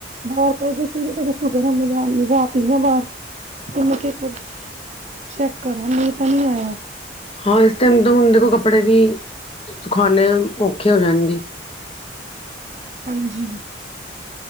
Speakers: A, on the right; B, on the left.
A: ਬਾਹਰ ਪਏ ਦੇ ਸੀਗੇ ਸੁਕਰ ਰਾਤ ਨੀ ਮੈ ਬਾਹਰ ਉਹ ਮੈਂ ਕਿਹਾ ਇੱਕ ਵਾਰੀ ਚੈੱਕ ਕਰਾ ਮੀਂਹ ਤਾਂ ਨੀ ਆਇਆ।
B: ਹਾਂ, ਇਸ ਟਾਈਮ ਦੇਖੋ ਕੱਪੜੇ ਵੀ ਸੁਖਾਣੇ ਔਖੇ ਹੋ ਜਾਣਗੇ।
A: ਹਾਂਜੀ।